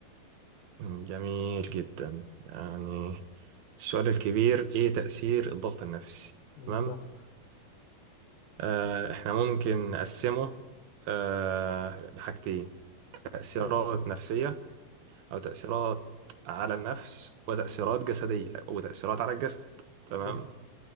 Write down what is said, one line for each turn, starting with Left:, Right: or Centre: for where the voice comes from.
Right: مم. جميل جدا يعني السؤال الكبير إيه تأثير الضغط النفسي
Left: بالظبط
Right: تمام آه إحنا ممكن نقسمه آه لحاجتين تأثيرات
Left: حلو
Right: نفسية أو تأثيرات على النفس وتأثيرات جسدية وتأثيرات على الجسد تمام
Left: حلو